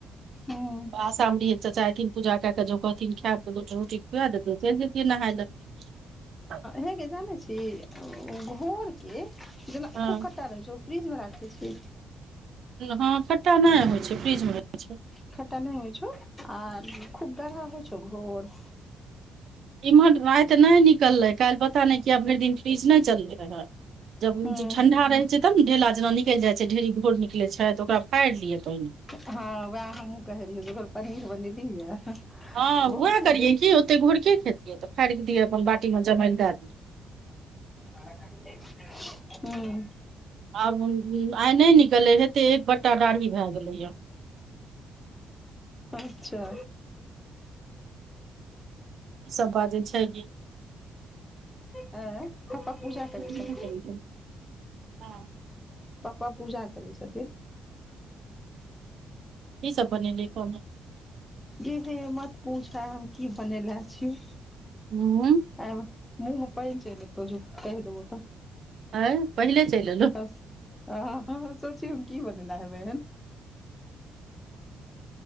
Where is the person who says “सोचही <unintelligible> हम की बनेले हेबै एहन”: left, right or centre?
Left